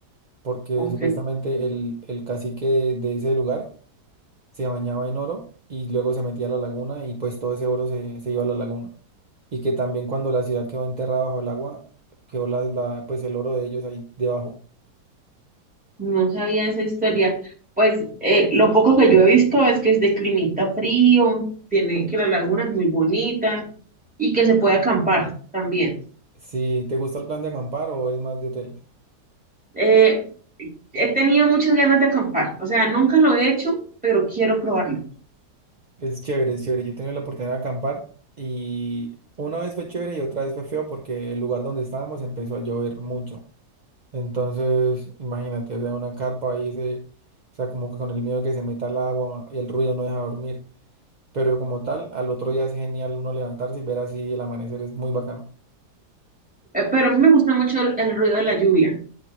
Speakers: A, on the right; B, in the centre.
A: porque
B: Ok.
A: supuestamente el, el cacique de, de ese lugar se bañaba en oro y luego se metía a la laguna y pues todo ese oro se, se iba a la laguna. Y que también cuando la ciudad quedó enterrada bajo el agua, quedó la, la- pues el oro de ellos ahí debajo.
B: No sabía esa historia. Pues eh, lo poco que yo he visto es que es de climita frío, tiene que la laguna es muy bonita y que se puede acampar también.
A: Si te gusta el plan de acampar o es más de hoteles,
B: Eh, he tenido muchas ganas de acampar, o sea, nunca lo he hecho, pero quiero probarlo.
A: es chévere, es chévere. Yo he tenido la oportunidad de acampar y una vez fue chévere y otra vez fue feo porque el lugar donde estábamos empezó a llover mucho. Entonces, imagínate, o sea, una carpa ahí, se, o sea, como que con el miedo de que se meta el agua, el ruido no deja dormir. Pero como tal, al otro día es genial uno levantarse y ver así el amanecer, es muy bacano.
B: Eh, pero a mí me gusta mucho el, el ruido de la lluvia,